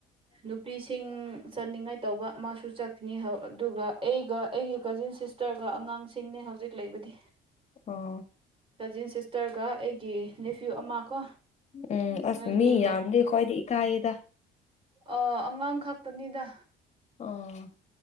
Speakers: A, on the right (about 30°); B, on the left (about 40°).
A: ꯅꯨꯄꯤꯁꯤꯡ ꯆꯠꯅꯤꯡꯉꯥꯏ ꯇꯧꯕ ꯃꯥꯁꯨ ꯆꯠꯈꯤꯅꯤ ꯑꯗꯨꯒ ꯑꯩꯒ ꯑꯩꯒꯤ ꯀꯖꯤꯟ ꯁꯤꯁꯇꯔꯒ ꯑꯉꯥꯡꯁꯤꯡꯅꯦ ꯍꯧꯖꯤꯛ ꯂꯩꯕꯗꯤ
B: ꯑꯣ
A: ꯀꯖꯤꯟ ꯁꯤꯁꯇꯔꯒ ꯑꯩꯒꯤ ꯅꯦꯐ꯭ꯌꯨ ꯑꯃ ꯀꯣ
B: ꯎꯝ ꯑꯁ
A: ꯅꯣꯏꯒꯤ
B: ꯃꯤ ꯌꯥꯝꯗꯦ ꯈ꯭ꯋꯥꯏꯗꯤ ꯏꯀꯥꯗ
A: ꯑ ꯑꯉꯥꯡ ꯈꯛꯇꯅꯤꯗ
B: ꯑꯣ